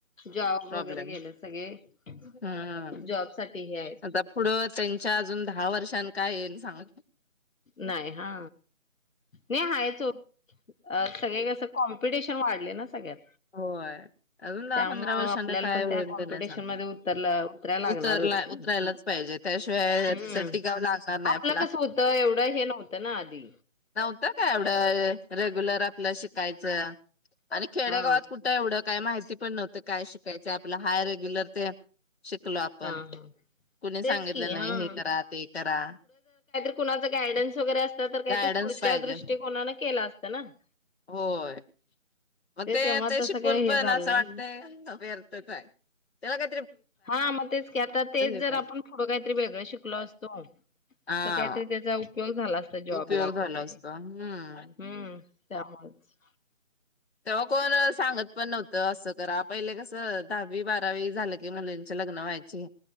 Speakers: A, on the left; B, on the left.
A: जॉब
B: प्रॉब्लेम.
A: वगैरे गेले सगळे
B: हा
A: जॉब साठी हे आहेत
B: आता पुढ त्यांच्या अजून दहा वर्षां काय येईल सांग
A: नाही हा, नी हाय आ, सगळे कस कॉम्पिटिशन वाढले ना सगळ्यात.
B: होय अजून दहा
A: त्यामुळं
B: पंधरा वर्षांने
A: आपल्याला
B: काय
A: पण
B: होईल
A: त्या कॉम्पिटिशन
B: तर नाही सांगत.
A: मध्ये उतरला उतरायला लागणारच
B: उतरला उतरायलाच पाहिजे त्याशिवाय
A: हम्म
B: तर टिकाव लागणार नाही
A: आपलं
B: आपला.
A: कसं होतं एवढं हे नव्हतं ना आधी
B: नव्हतं काय एवढं, रेगुलर. आपल शिकायचं आणि खेडेगावात
A: हा
B: कुठं एवढं काय माहिती पण नव्हं तर काय शिकायच आपल हाय रेग्युलर ते शिकलोय आपण
A: हा हा
B: कुणी
A: तेच
B: सांगितलं
A: की हा
B: नाही हे करा ते करा.
A: कुचं गायडन्स वगैरे अस तर काही
B: गायडन्स
A: पुढच्या
B: पाहिजे
A: दृष्टिकोनानं केला असत. ना <inaudible>
B: होय मग ते
A: तेव्हा
B: ते
A: तसं
B: शिकून
A: काही
B: पण
A: हे झालं
B: असं
A: नाही
B: वाटतय व्यर्थच हाय. त्याला का
A: हा मग तेच की आता तेच जर
B: पाहिजे
A: आपण पुढं काहीतरी वेगळं शिकलो असतो,
B: हा
A: तर काहीतरी त्याचा उपयोग झाला असता जॉबला
B: उपयोग झाला
A: वगैरे
B: असतो हम्म
A: हम्म त्यामुळेच
B: तेव्हा कोण सांगत पण नव्हतं असं करा पहिले कसं दहावी बारावी झालं की मुलींची लग्न व्हायची.